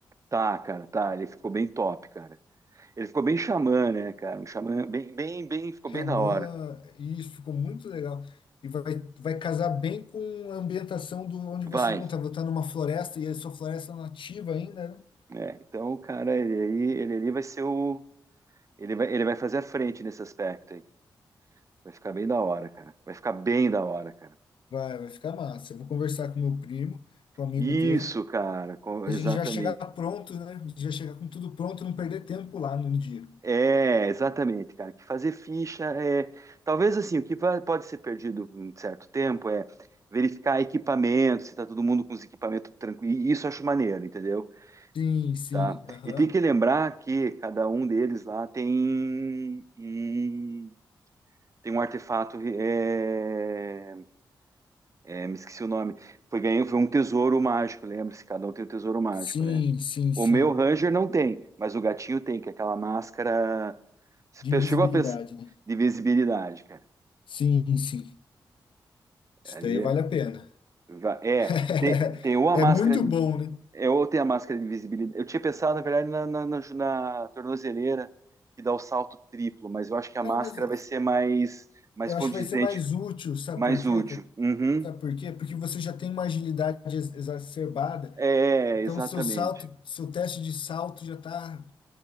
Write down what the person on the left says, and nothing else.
Xamã,
isso ficou muito legal. E vai, vai casar bem com a ambientação do onde vocês
vão estar. Vou estar numa floresta e é sua floresta nativa ainda, né?
Vai, vai ficar massa. Eu vou conversar com meu primo, com o amigo
dele.
A
gente já chegar pronto, né? A gente já chegar com tudo pronto, não perder tempo lá no dia.
Sim, sim.
Aham.
Sim,
sim, sim.
de
invisibilidade,
né?
Sim, sim. Isso
daí vale a pena.
<laughs>
É muito bom, né?
Cara,
mas eh,
eu
acho que vai ser mais útil, sabe
por quê?
cara?
Sabe por quê? Porque você já tem uma agilidade ex- exacerbada,
então
seu salto, seu teste de salto já tá